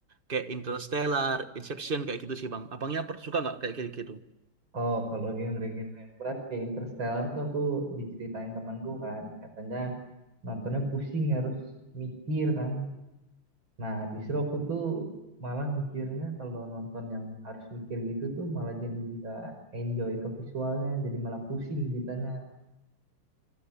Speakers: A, on the right (about 30°); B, on the right (about 65°).
A: kayak Interstellar, Inception kayak gitu sih Bang. Abangnya per- suka nggak kayak gitu?
B: Oh, kalau genre-genre yang berat kayak Interstellar tuh aku diceritain temanku kan, katanya nontonnya pusing harus mikir kan. Nah, justru aku tuh malah mikirnya kalau nonton yang harus mikir gitu tuh malah jadi nggak enjoy ke visualnya, jadi malah pusing gitanya.